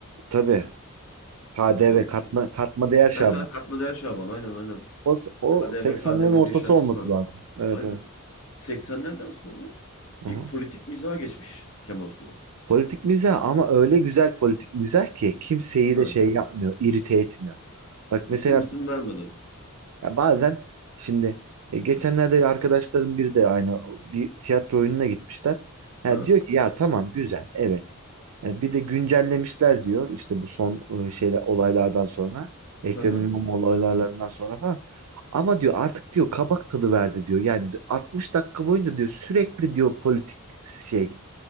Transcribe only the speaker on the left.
Hatırlıyor musun?
şimdi?
Ha, ha, katma değer Şaban aynen aynen.
KDV
KDV
diye şarkısı
vardı.
Aynen.
80'lerden sonra
bir
politik mizaha geçmiş Kemal Sunal.
Ha.
İsim
isim vermeden.
Ha.
hı hı